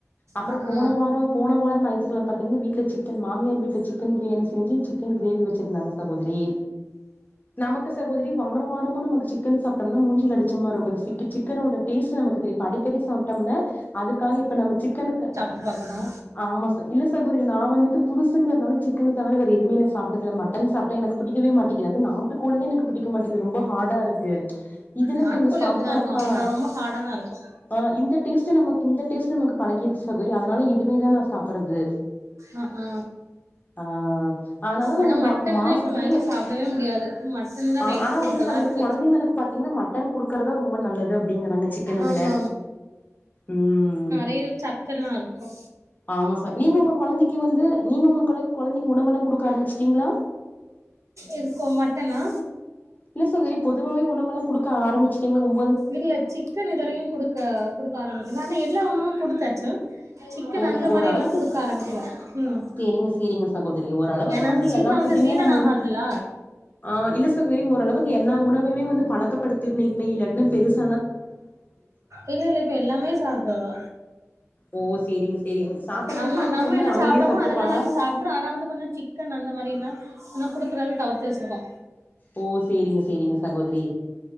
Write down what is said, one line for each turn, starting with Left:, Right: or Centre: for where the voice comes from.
Left: அப்பறோ
Right: ஆ
Left: போன
Right: ஆ
Left: வாரோ போன வார நாயித்துக்கெழம பாத்தீங்கன்னா வீட்ல சிக்கன் மாமியார் வீட்ல சிக்கன் பிரியாணி செஞ்சு சிக்கன் கிரேவி வச்சிருந்தாங்க சகோதரி நமக்கு சகோதரி வார வாரமா நமக்கு சிக்கன் சாப்ட்டம்னா மூஞ்சில அடிச்ச மார்ருக்கு சிக்கி சிக் சிக்கனோட டேஸ்ட் நமக்கு தெரியு இப்ப அடிக்கடி சாப்ட்டோம்ன அதுக்காக இப்ப நம்ம சிக்கனுக்கு
Right: இதாக்கனு
Left: ஆமா ச இல்ல சகோதரி நா வந்துட்டு புதுசுங்கறனால சிக்கன தவிர வேற எதுவுமே நா சாப்ட்டதில்ல மட்டன் சாப்ட்டா எனக்கு பிடிக்கவே மாட்டேக்து அது நா ட்டு கோழியே எனக் பிடிக்க மாட்டேக்கு ரொம்ப ஹாடா இருக்கு இதுன்னா
Right: நாட்டுக்கோழி
Left: கொஞ்சோ சாஃப்டா
Right: அப்டிதா இருக்கு
Left: இருக்கா
Right: ஆனா ரொம்ப ஹாடாதா இருக்கு
Left: ஆ இந்த டேஸ்ட் நமக் இந்த டேஸ்ட் நமக்கு பழகிடுச்சி சகோரி அதனால இதுவேதா நா சாப்பறது
Right: அ ஆ
Left: ஆ ஆனாலு
Right: ஆனா
Left: நாங்க
Right: மட்டன்லா
Left: வா மாசத்துக்கு
Right: இப்ப வாங்கி சாப்டவே முடியாது மட்டன்லா
Left: ஆ
Right: ரேட்டு்
Left: ஆனா
Right: கூடுதலா
Left: வந்து சகோதரி
Right: இருக்
Left: கொழந்தைங்களுக்கு பாத்தீங்கன்னா மட் மட்டன் குடுக்குறதா ரொம்ப நல்லது அப்டிங்றாங்க சிக்கன
Right: ஆமா
Left: விட ம்
Right: ஏயு சத் அதெல்லா இருக்கா
Left: ஆமா ச நீங்க உங்க கொழந்தைக்கு வந்து நீங்க உங்க கொழ கொழந்தைக்கு உணவெல்லா குடுக்க ஆரம்ச்சுட்டீங்ளா
Right: எதுக்கோ மட்டனா
Left: இல்ல சகோதரி பொதுவாவே உணவல்லா குடுக்க ஆரம்பிச்சுட்டிக்கீங்களா
Right: இல்ல சிக்கன் இதுவரையு குடுக்க குடுக்க ஆரம்பிக்கல ஆனா எல்லா உணவு குடுத்தாச்சு சிக்கன்
Left: ஓ
Right: அந்த
Left: ஓரளவுக்கு
Right: மாரியெல்லா குடுக்க ஆரம்பிக்கலா ம்
Left: சேரிங்க சேரிங்க சகோதரி ஓரளவுக்கு
Right: ஏன்னா அது சீக்கிர
Left: எல்லா
Right: வந்து
Left: ஃபுட்டையுமே
Right: சீரன
Left: நம்ம
Right: ஆகாதுல்ல
Left: வந்து ஆ இல்ல சகோதரி ஓரளவுக்கு எல்லா உணவுமே வந்து பழக்கப்படுத்திணு இப்ப இல்லாட்ன்னா பெருச
Right: இல்ல இல்ல இப்ப எல்லாமே சாப்ட்ருவா
Left: ஓ சேரிங்க சேரிங்க சாப்பறதுக்குல்லா
Right: நம்ம
Left: உங்க
Right: நம்ம
Left: பொண்ணு
Right: என்ன
Left: அமைதியா
Right: சாப்புடமோ
Left: சாப்ட்டுப்பாளா
Right: அதெல்லா வாங்கி சாப்ட்ரு ஆனா வந்து கொஞ்சொ சிக் க்கன் அந்த மாரிலா கொஞ்சொ குடுக்குறளவு தவிர்த்து வச்சுருக
Left: ஓ செரிங்க செரிங்க சகோதரி